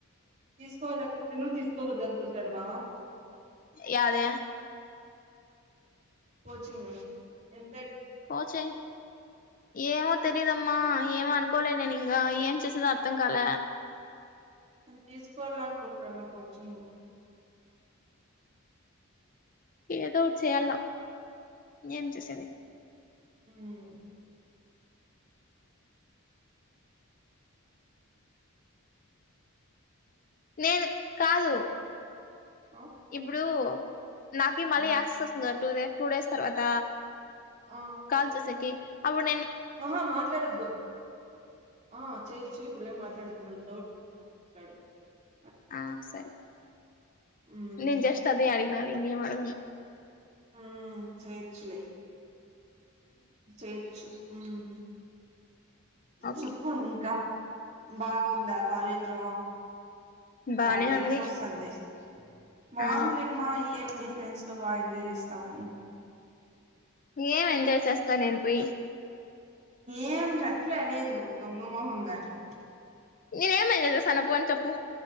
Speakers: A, on the right; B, on the left.
A: తీసుకోలేక పోతను తీసుకోకూడదు అనుకుంటాడు నువా
B: యాదె
A: కోచింగ ఏమ్
B: కోచింగ్ ఏమో తెలిదమ్మా ఏమ అనుకోలే నేను ఇంగా ఏం చేసేది అర్థం కాలా
A: నేను తీసుకోవాలనుకుంటున్నా కోచింగ్
B: ఏదో ఓకటి చేయాల ఏం చేసేది
A: మ్మ్
B: నేను కాదు
A: ఆ
B: ఇప్పుడు నాకి మళ్ళీ
A: ఆ
B: యాక్సస్ వస్తుంది టూ డే టూ డేస్ తర్వాత
A: ఆ
B: కాల్ చేసేకి అవుడు
A: ఆహా మాట్లాడద్దు ఆ చేయొచ్చు ఇప్పుడు ఏం మాట్లాడద్ మళీ డౌట్ <unintelligible>
B: ఆ సరే
A: హ్మ్మ్.
B: నేను జస్ట్ అదే అడిగినాను ఇంకేం అడగను
A: హ్మ్మ్ చేయొచ్చులే చెయొచ్చు మ్మ్
B: ఓకే
A: చెప్పు ఇంకా బాగుందా కాలేజూ
B: బానే
A: తాడ్ ఇయర్
B: ఉంది
A: అయిపోస్తది బాగుందిలేమ్మా
B: ఆ
A: ఏంది ఫ్రెండ్స్ తో బాగా ఎంజాయ్ చేస్తావు కానీ
B: ఏం ఎంజాయ్ చేస్ త నేను పోయి
A: ఏం చెట్లే అనేది నువ్వు దొంగమొహం దానివి
B: నేనే ఏం చేస్తన్న <unintelligible> పో అని చెప్పు